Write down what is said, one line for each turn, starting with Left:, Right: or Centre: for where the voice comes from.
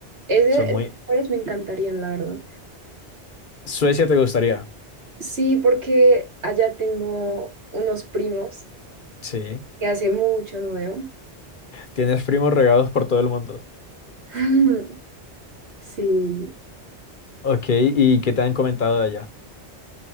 Right: Ese,
Left: son muy...
Right: esos lugares me encantarían, la verdad.
Left: Suecia te gustaría,
Right: Sí, porque allá tengo unos primos
Left: sí.
Right: que hace mucho no veo.
Left: Tienes primos regados por todo el mundo.
Right: <laughs> Sí,
Left: Ok, ¿y qué te han comentado de allá?